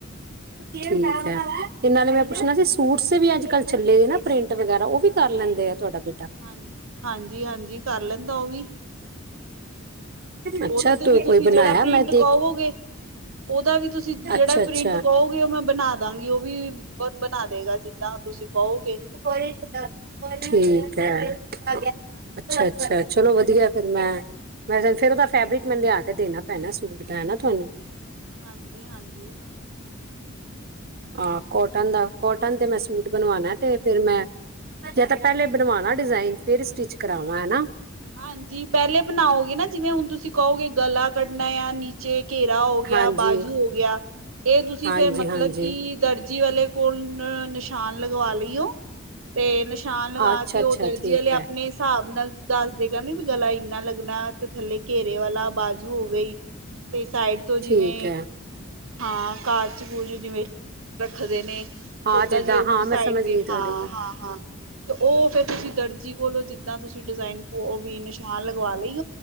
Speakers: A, on the right; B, on the right.
A: ਠੀਕ ਐ। ਤੇ ਨਾਲੇ ਮੈਂ ਪੁੱਛਣਾ
B: ਹਾਂਜੀ
A: ਸੀ ਸੂਟ ਸ ਤੇ ਵੀ ਅੱਜ-ਕੱਲ ਚੱਲੇ ਨੇ ਨਾ ਪ੍ਰਿੰਟ ਵਗੈਰਾ ਓ ਵੀ ਕਰ ਲੈਂਦੈ ਆ ਤੁਆਡਾ ਬੇਟਾ?
B: ਹਾਂਜ-ਹਾਂਜੀ-ਹਾਂਜੀ ਕਰ ਲੈਂਦੈ ਓ ਵੀ।
A: ਅੱਛਾ
B: ਓਦੇ ਤੇ
A: ਤੂੰ
B: ਵੀ ਤੁਸੀਂ
A: ਕੋਈ ਬਣਾਇਆ
B: ਜੇੜਾ ਪ੍ਰਿੰਟ
A: ਮੈਂ ਦੇਖ
B: ਕਵੋਗੇ। ਓਦਾ ਵੀ ਤੁਸੀਂ ਜੇੜਾ
A: ਅੱਛਾ ਅੱਛਾ
B: ਪ੍ਰਿੰਟ ਕਓਗੇ ਗੇ, ਓ ਮੈਂ ਬਣਾ ਦਾਂਗੀ, ਉਹ ਵੀ ਬਣਾ ਦੇਗਾ ਜਿੱਦਾਂ ਤੁਸੀਂ ਕਓਗੇ।
A: <unintelligible> ਠੀਕ ਹੈ <unintelligible>
B: ਹਾਂਜੀ
A: ਅੱਛਾ-ਅੱਛਾ। ਚਲੋ ਵਧੀਆ ਫਿਰ ਮੈਂ ਮੈਂ ਜ ਫਿਰ ਉਹਦਾ ਫੈਬਰਿਕ ਮੈਨ ਲਿਆ ਕੇ ਦੇਣਾ ਪੈਣਾ ਸੂਟ ਦਾ ਹੈ ਨਾ ਤੁਹਾਨੂੰ
B: ਹਾਂਜੀ-ਹਾਂਜੀ।
A: ਆਹ ਕੋਟਨ ਦਾ ਕੋਟਨ ਤੇ ਮੈਂ ਸੂਟ ਬਣਵਾਣਾ। ਤੇ ਫੇਰ ਮੈਂ ਜਾਂ ਤਾਂ ਪਹਿਲੇ ਬਣਵਾਣਾ ਡਿਜ਼ਾਇਨ ਫੇਰ ਸਟਿਚ ਕਰਾਵਾਂ ਹਨਾ।
B: ਹਾਂਜੀ ਪਹਿਲੇ ਬਣਾਓਗੇ ਨਾ ਜਿਵੇਂ ਹੁਣ ਤੁਸੀਂ ਕਹੋਗੇ ਗਲਾ ਕੱਢਣਾ ਯਾ ਨੀ ਚੇ ਘੇਰਾ ਹੋ ਗਿਆ,
A: ਹਾਂਜੀ
B: ਬਾਜੂ ਹੋ ਗਿਆ, ਇਹ ਤੁਸੀਂ
A: ਹਾਂਜੀ
B: ਫੇਰ ਮਤਲਬ
A: ਹਾਂਜੀ
B: ਕਿ ਦਰਜ ਜੀ ਵਾਲੇ ਕੋਲ ਨਿਸ਼ਾਨ ਲਗਵਾ ਲਈਓ। ਤੇ ਨਿਸ਼ਾਨ ਲਗਾ
A: ਅੱਛਾ
B: ਕੇ
A: ਅੱਛਾ
B: ਉਹ ਦਰਜੀ
A: ਠੀਕ
B: ਆਲੇ ਆਪਣੇ
A: ਹੈ
B: ਹਿਸਾਬ ਨਾਲ ਦੱਸਦੇਗਾ ਨੀ ਗਲਾ ਇੰਨਾ ਲੱਗਣਾ ਤੇ ਥੱਲੇ ਘੇਰੇ ਵਾਲਾ ਬਾਜੂ ਹੋ ਗਈ। ਤੇ ਸਾਈਡ ਤੋਂ ਜਿਵੇਂ
A: ਠੀਕ ਹੈ
B: ਹਾਂ ਕਾਰਾਜ ਕੂਜ ਜਿਵੇਂ ਰੱਖਦੇ ਨੇ
A: ਹਾਂ
B: ਓਦਾਂ
A: ਜਿੱਦਾਂ
B: ਜਿਆ
A: ਹਾਂ ਮੈਂ
B: ਸਾਈਡ
A: ਸਮਝ
B: ਤੇ
A: ਗਈ ਤੁਹਾਡੀ
B: ਹਾਂ-ਹਾਂ,
A: ਗੱਲ
B: ਹਾਂ। ਤੇ ਉਹ ਫੇਰ ਤੁਸੀਂ ਦਰਜੀ ਕੋਲੋਂ ਜਿੱਦਾਂ ਤੁਸੀਂ ਡਿਜ਼ਾਇਨ ਪ ਉਹ ਵੀ ਨਿਸ਼ਾਨ ਲਗਵਾ ਲੀ।